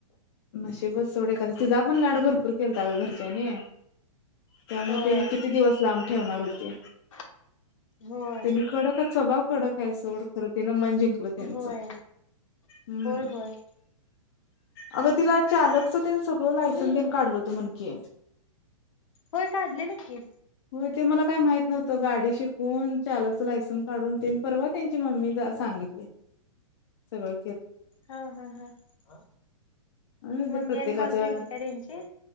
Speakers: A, on the left (about 50°); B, on the left (about 70°).
A: नशीबत सोडे कधी. तुझा पण लाड भरपूर केलता ग घरच्यांनी. त्यामुळे
B: होय
A: त्याने किती दिवस लांब ठेवणार होते?
B: <inaudible> होय.
A: त्यांनी कडकच स्वभाव कडक आहे सोड खरं तिनं मन जिंकलं त्यांचं
B: होय.
A: हम्म.
B: होय होय.
A: अगं तिला चालक हो लायसन पण काढल होत म्हण की,
B: होय काढलेलं की
A: होय ते मला काही माहित नव्हतं गाडी शिकून, चालकच लायसन्स काढून. तेन परवा त्यांची मम्मी सांगितले सगळं
B: हा.. हा.. हा.
A: आम्ही बी
B: मम्मी
A: प्रत्येकाच्या
B: आणि कॉल केलती का त्यांची